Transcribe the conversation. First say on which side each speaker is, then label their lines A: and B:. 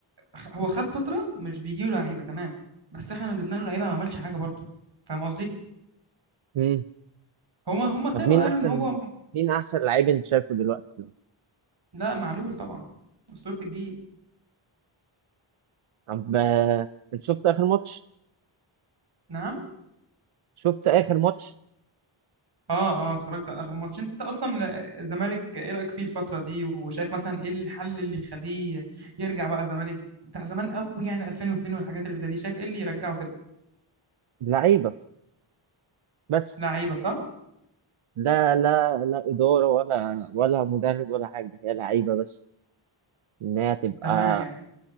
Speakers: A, on the right; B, on the right.
A: خ- هو خد فترة مش بيجيله لعيبة تمام بس احنا لو جبنا له لعيبة ما عملش حاجة برضه فاهم قصدي؟
B: <laughs>
A: هما هما طلعوا
B: طب مين
A: قالوا
B: احسن
A: ان هو م-
B: مين احسن لعيب انت شايفه دلوقتي
A: لا معلول طبعا أسطورة الجيل
B: طب آه، انت شفت اخر ماتش
A: نعم
B: شفت اخر ماتش
A: اه اه اتفرجت على آخر ماتش انت اصلا الزمالك ايه رأيك فيه الفترة دي وشايف مثلا ايه الحل اللي يخليه يرجع بقى الزمالك بتاع زمان قوي يعني 2002 والحاجات اللي زي دي شايف ايه اللي يرجعه كده
B: لعيبه بس
A: لعيبة صح؟
B: لا لا لا اداره ولا ولا مدرب ولا حاجه هي لعيبه بس انها تبقى
A: تمام يعني